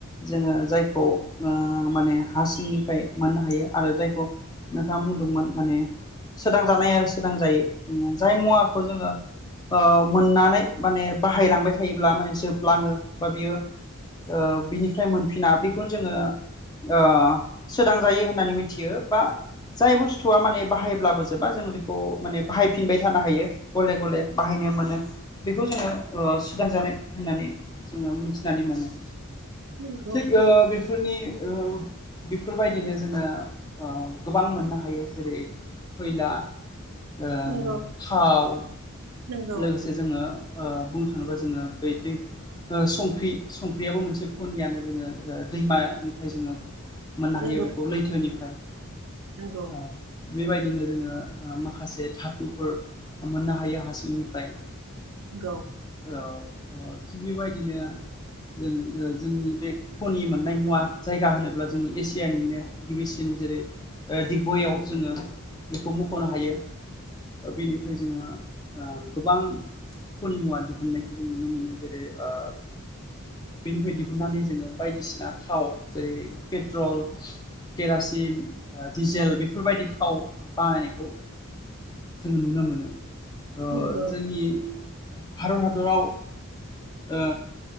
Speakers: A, on the left (about 20°); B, on the right (about 75°).
A: जोङो जायखौ माने ओ हा सिंनिफ्राय मोननो हायो आरो जायखौ नोंथाङा बुंदोंमोन माने सोदांजानाय आरो सोदांजायि जाय मुवाखौ जोङो ओ मोननानै माने बाहायलांबाय थायोब्ला माने जोबलाङो बा बियो ओ बिनिफ्राय मोनफिना बेखौनो जोङो ओ सोदांजायो होननानै मिथियो बा जाय बुस्थुआ माने बाहायब्लाबो जोबा जोङो बेखौ माने बाहायफिनबाय थानो हायो गले गले बाहायनो मोनो। बेखौ जोङो ओ सुदांजानाय होननानै जोङो मिथिनानै मोनो।
B: नंगौ
A: थिग ओ बे बेफोरनि ओ बेफोरबायदिनो जोङो ओ गोबां मोननो हायो जेरै खैला ओ
B: नंगौ
A: थाव
B: नंगौ
A: लोगोसे जोङो ओ बुंनो थाङोबा जोङो बै दै ओ संख्रि संख्रियाबो मोनसे खनियानो जोङो दैमानिफ्राय जोङो मोननो
B: नंगौ
A: हायो बेखौ लैथोनिफ्राय।
B: नंगौ
A: ओ बेबायदिनो जोङो माखासे धाथुफोर मोननो हायो हा सिंनिफ्राय।
B: गौ
A: ओ थिग बेबायदिनो जों जोंनि बे खनि मोननाय मुवा जायगा होनोब्ला जोंनि एसियानिनो गिबिसिन जेरै दिगबययाव जोङो बेखौ मख'नो हायो बेनिफ्राय जोंहा ओ गोबां खनिमुवा दिहुननायखौ जों नुनो मोनो जेरै ओ बेनिफ्राय दिहुन्नानै जोङो बायदिसिना थाव जेरै पेट्रल केरासिन दिडिजेल बेफोरबायदि थाव बानायनायखौ जोङो नुनो मोनो।
B: नंगौ
A: ओ जोंनि भारत हादराव ओ